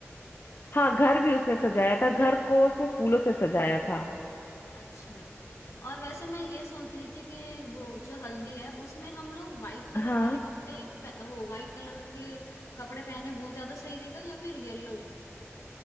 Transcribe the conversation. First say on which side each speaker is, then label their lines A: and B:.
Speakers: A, on the left (about 50°); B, on the left (about 80°).
A: हाँ घर भी उसने सजाया था घर को उसने फूलों से सजाया था
B: अच्छा और वैसे मैं ये सोच रही थी कि वो जो हल्दी है उसमें हम लोग व्हाइट कलर
A: हाँ
B: वाले कपड़े पह- वो व्हाइट कलर के कपड़े पहने वो ज्यादा सही रहेगा या फिर येलो